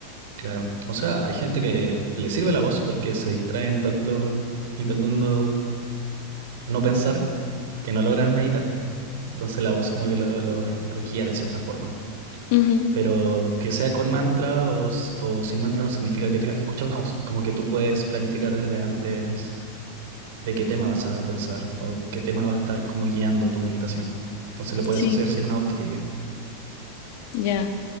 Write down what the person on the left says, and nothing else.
Ujú,
Sí.
Ya,